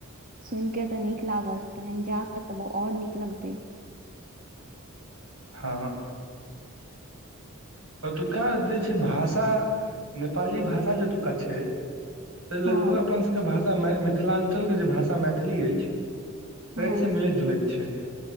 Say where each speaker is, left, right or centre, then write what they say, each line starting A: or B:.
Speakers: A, on the right; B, on the right.
A: सुन के तऽ नीक लागल त जा क त आओर नीक लगतै
B: हँ ओतुका जे छै भाषा नेपाली भाषा ओतुका छै से लगभग
A: हँ
B: अपन सबके भाषा मिथिलाञ्चलके जे भाषा मैथिली अछि।
A: हँ
B: तीसँ मिलैत जुलैत छै